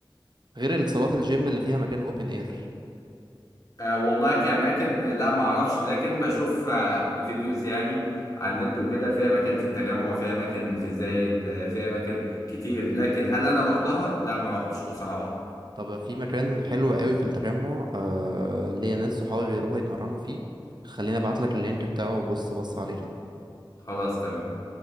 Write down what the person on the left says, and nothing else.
أه والله كأماكن لا ما أعرفش لكن بشوف آه، فيديوز يعني على النت وكده في أماكن في التجمع في أماكن في زايد آه، في أماكن كتير لكن هل أنا رحتها؟ لا ما رحتش بصراحة
خلاص تمام